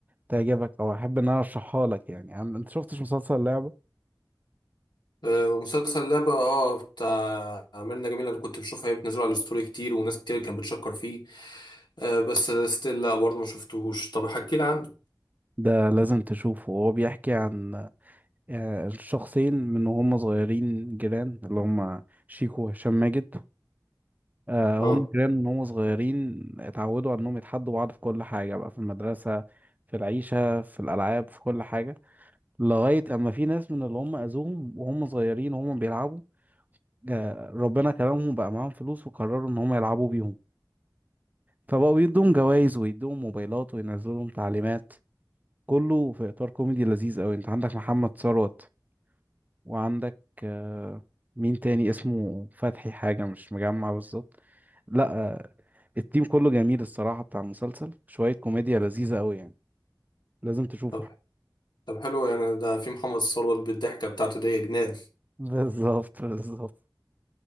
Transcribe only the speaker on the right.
تعجبك أو أحب إن أنا أرشحها لك يعني عم- انت شفتش مسلسل لعبة؟
ده لازم تشوفه هو بيحكي عن آه، الشخصين من وهم صغيرين جيران اللي هم شيكو وهشام ماجد آه،
هم كمان من هم صغيرين اتعودوا على انهم يتحدوا بعض في كل حاجة بقى في المدرسة في العيشة في الألعاب في كل حاجة لغاية أما في ناس من اللي هم أذوهم وهم صغيرين وهم بيلعبوا آه، ربنا كرمهم بقى معاهم فلوس وقرروا إن هم يلعبوا بيهم فبقوا يدوهم جوائز ويدوهم موبايلات وينزلوا لهم تعليمات كله في إطار كوميدي لذيذ أوي أنت عندك محمد ثروت وعندك آه، مين تاني اسمه فتحي حاجة مش مجمع بالظبط لا آه، التيم كله جميل الصراحة بتاع المسلسل شوية كوميديا لذيذة قوي يعني لازم تشوفه
بالظبط بالظبط